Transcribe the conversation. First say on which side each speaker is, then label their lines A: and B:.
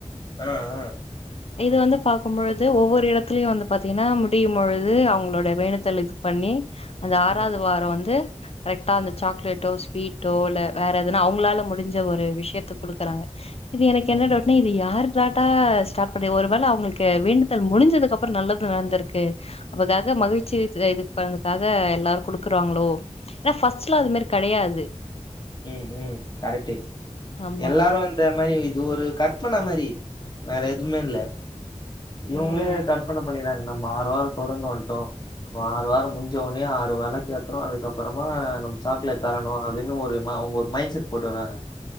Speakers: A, on the left (about 35°); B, on the left (about 55°).
A: அ அ
B: இது வந்து பாக்கும் பொழுது ஒவ்வொரு எடத்துலயு வந்து பாத்தீங்கன்னா முடியு பொழுது அவுங்களோடைய வேண்டுதல் இது பண்ணி அந்த ஆறாவது
A: ம்
B: வாரோ வந்து கரெக்டா அந்த சாக்லேட்டோ ஸ்வீட்டோ இல்ல வேற எதுனா அவுங்களால முடிஞ்ச ஒரு விஷயத்த குடுக்குறாங்க இது எனக்கு
A: ம்
B: என்ன டவுட்னா இது யார்ரு ட்டா ஸ்டார்ட் பண்ணி ஒருவேள அவ் அவுங்களுக்கு வேண்டுதல் முடிஞ்சதுக்கு அப்பறோ நல்லது நடந்திருக்கு அதுக்காக மகிழ்ச்சி தே இது பகிர்துக்காக எல்லாரு குடுக்குறாங்களோ ஏனா ஃபஸ்ட்டுலா அது மாரி கெடையாது
A: ம் ம் கரெக்ட்டு
B: ஆமா
A: எல்லாரு வந் த மாரி இது ஒரு கற்பன மாரி வேற எதுமே இல்ல இவுங்களே
B: ம்
A: கற்பன பண்ணிறாங்க நம்ம ஆறுவாரோ தொடர்ந்து வந்ட்டோ ஒரு ஆறு வாரோ முஞ்ச ஒனே ஆறு வெளக் ஏத்றோ அதுக்கப்பறமா நம்ம சாக்லேட் தரணு அதுன்னு ஒரு ன அவுங்க ஒரு மைண்ட் செட் போட்டு வறாங்க